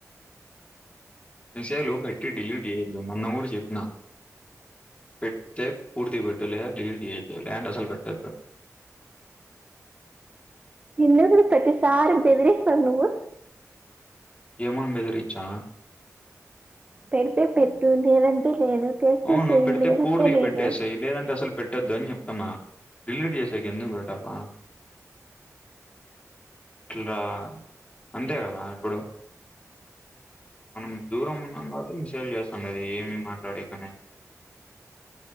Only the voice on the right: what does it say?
ఎన్నిరోజులు ప్రతిసారి బెదిరిస్తవ్ నువ్వు
పెడితే పెట్టు లేదంటే లేదు చేస్తే
చేయి
లేదంటే
లేదు